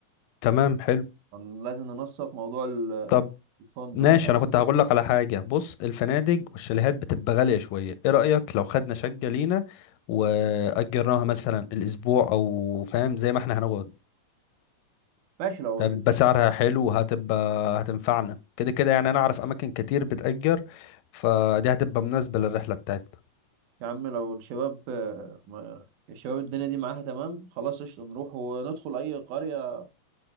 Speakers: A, on the left; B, on the right.
A: تمام حلو
B: فن- لازم ننسق موضوع ال-
A: طب
B: الفندق
A: ماشي
B: ده
A: انا
B: اهم
A: كنت هقول
B: حاجه
A: لك على حاجه بص الفنادق والشاليهات بتبقى غاليه شويه ايه رايك لو خدنا شقه لينا واجرناها مثلا الاسبوع او فاهم زي ما احنا هنقعد
B: ماشي لو
A: ده بيبقى سعرها حلو وهتبقى هتنفعنا كده كده يعني انا اعرف اماكن كتير بتأجر فدي هتبقى مناسبه للرحله بتاعتنا
B: يا عم لو الشباب آه، ما- الشباب الدنيا دي معاها تمام خلاص قشطة نروح وندخل أي قرية